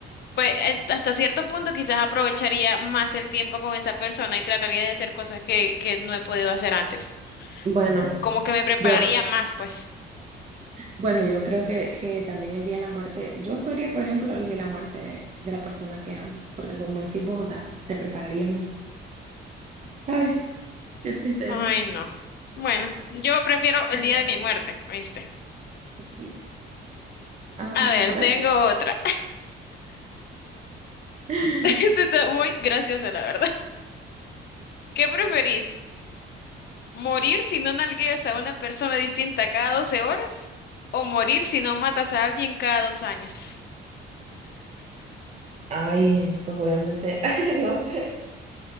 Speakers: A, on the left; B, on the right.
A: pues eh, hasta cierto punto quizás aprovecharía más el tiempo con esa persona y trataría de hacer cosas que, que no he podido hacer antes.
B: Bueno,
A: Como que me prepararía
B: yo,
A: más, pues.
B: bueno, yo creo que, que también el día de la muerte, yo escogería, por ejemplo, el día de la muerte de la persona que amo, porque como decís vos, o sea, te prepararías más. Ay, qué triste
A: Ay,
B: eso.
A: no. Bueno, yo prefiero el
B: A ver,
A: día de mi muerte, ¿oíste?
B: please. Ah,
A: A ver,
B: a ver.
A: tengo otra.
B: <laughs>
A: <laughs> Esta está muy graciosa, la verdad. ¿Qué preferís? ¿Morir si no nalgueas a una persona distinta cada 12 horas? ¿O morir si no matas a alguien cada dos años?
B: Ay, pues obviamente, <laughs> no sé.